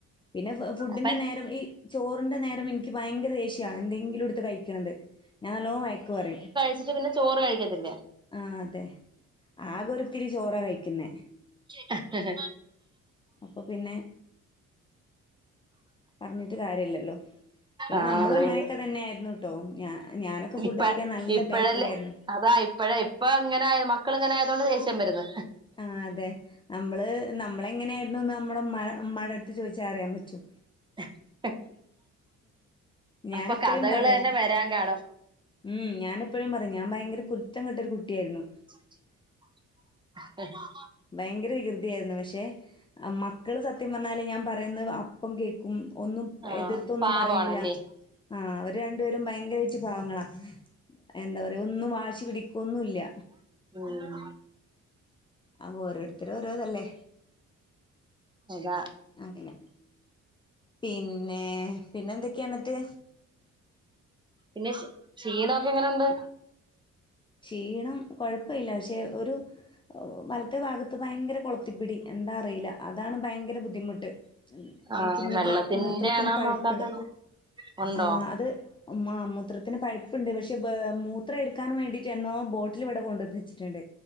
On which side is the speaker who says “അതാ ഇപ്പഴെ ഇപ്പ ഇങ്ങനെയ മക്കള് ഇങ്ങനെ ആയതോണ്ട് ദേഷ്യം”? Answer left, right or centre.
Right